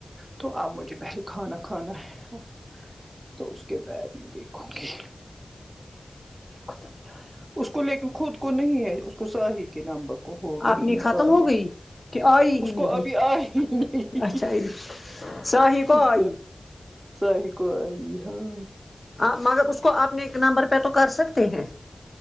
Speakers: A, on the right; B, on the left.
A: تو اب مجھے پہلے کھانا کھانا ہے تو اس کے بعد میں دیکھوں گی
B: خدا یار
A: اس کو لیکن خود کو نہیں ہے اس کو شاہی کے نامب ہو رہی
B: آپ نے
A: ہے
B: ختم
A: کالنگ
B: ہو گئی کہ آئی
A: اس
B: ہی نہیں
A: کو ابھی آ ہی نہیں
B: اچھا ساہی کو
A: اس
B: آئی
A: ساہ کو آئی ہاں
B: آپ مگر اس کو اپنے ایک نمبر پہ تو کر سکتے ہیں